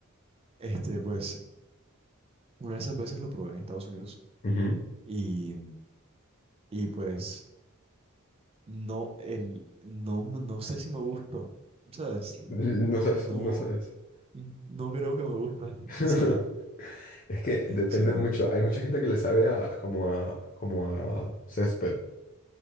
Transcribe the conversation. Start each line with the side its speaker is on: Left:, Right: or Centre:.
Right: Este, pues, una de esas veces lo probé en Estados Unidos
Left: Ujú.
Right: y, y pues, no, el, no, m- no sé si me gustó, ¿sabes? Sí.
Left: <laughs> No
Right: No,
Left: sabes,
Right: no,
Left: no sabes.
Right: n- no creo que me gusta. <laughs>
Left: <laughs>
Right: O sea,
Left: Es que depende
Right: sino
Left: mucho. Hay mucha gente que le sabe a como a como a césped.